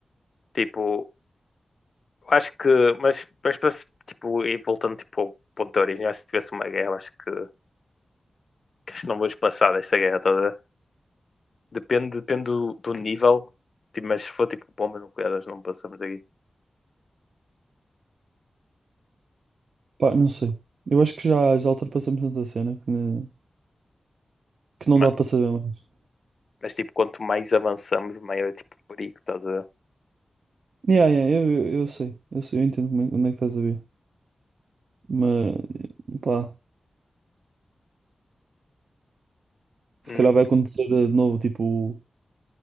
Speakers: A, on the left; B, on the right.
A: Tipo, acho que, mas, mas para se- tipo, e voltando tipo, ao ponto de origem, acho que se tivesse uma guerra, acho que, que acho que não vamos passar desta guerra toda. Depende, depende do, do nível, tipo, mas se for tipo bombas nucleares, não passamos daqui.
B: Pá, não sei. Eu acho que já, já ultrapassamos tanta cena que, ne- que não
A: Mano,
B: dá para saber mais.
A: mas tipo, quanto mais avançamos, maior é tipo o perigo, estás a ver?
B: Yeah, yeah, eu, eu, eu sei. Eu sei, eu entendo como é- onde é que estás a ver. Mas, pá, se
A: Hum.
B: calhar vai acontecer eh, de novo, tipo,